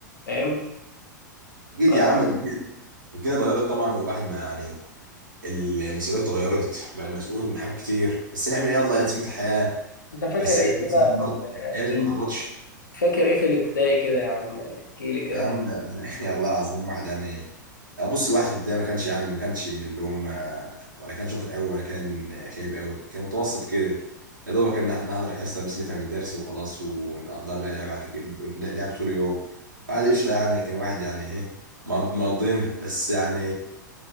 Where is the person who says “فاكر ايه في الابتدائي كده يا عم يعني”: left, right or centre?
Left